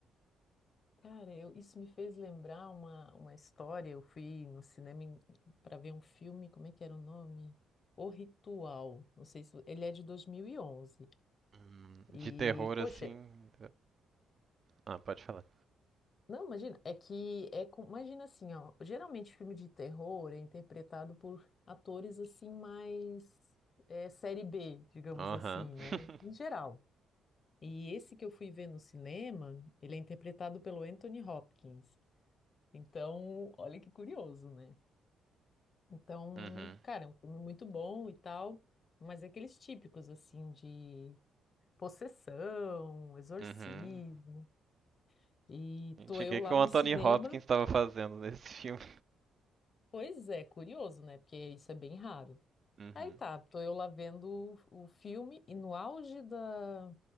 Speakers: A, on the left; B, on the right.
A: cara, eu- isso me fez lembrar uma, uma história. Eu fui no cinema para ver um filme, como é que era o nome? O Ritual. Não sei se ele é de 2011. E,
B: Hum, de
A: onze.
B: terror,
A: E, poxa,
B: assim. Ah, pode falar.
A: Não, imagina, é que é com, imagina assim, ó, geralmente filme de terror é interpretado por atores assim mais é, série B, digamos
B: Aham.
A: assim, né?
B: <laughs>
A: Em geral. E esse que eu fui ver no cinema, ele é interpretado pelo Anthony Hopkins. Então, olha que curioso, né? Então,
B: Uhum.
A: cara, é um filme muito bom e tal, mas é aqueles típicos assim de possessão, exorcismo.
B: Uhum.
A: E
B: Gente,
A: tô
B: o
A: eu
B: que,
A: lá
B: que o
A: no
B: Anthony
A: cinema
B: Hopkins estava fazendo nesse filme?
A: Pois é, curioso, né? Porque isso é bem raro.
B: Uhum.
A: Aí tá, tô eu lá vendo o, o filme e no auge da,